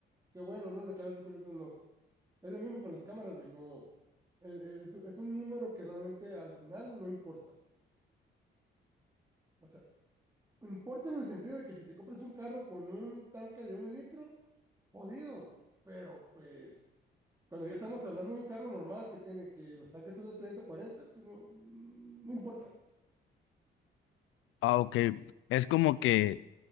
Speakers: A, on the right (about 15°); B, on the left (about 85°).
A: Qué bueno, ¿no? Le cabe 5 litros más. Es lo mismo con las cámaras, güey, no. Es, es- es un número que realmente al final no importa. O sea, importa en el sentido de que si te compras un carro con un tanque de un litro, jodido, pero pues cuando ya estamos hablando de un carro normal que tiene que los tanques son de 30 o cuarenta pues no, no importa.
B: Ah, ok. Es como que